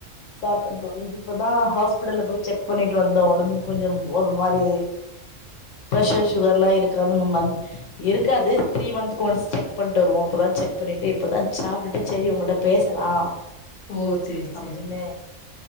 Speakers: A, on the left; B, on the left.
A: சாப்டேன் தோழி இப்பதா ஹாஸ்பிடல்ல போய் செக் பண்ணிட்டு வந்தோ ஒடம்புக் கொஞ்சோ ஒரு மாரி ப்ரஷர் சுகர்ல்லா இருக்கானு <unintelligible> இருக்காது த்ரீ மன்ந்த் ஒன்ஸ் செக் பண்ட்டு வருவோ இப்பதா செக் பண்ணிட்டு இப்பதா சாப்ட்டுட்டு சேரி உங்கள்ட்ட பேசலா
B: ஓ சேரி
A: அப்படினு
B: சேரி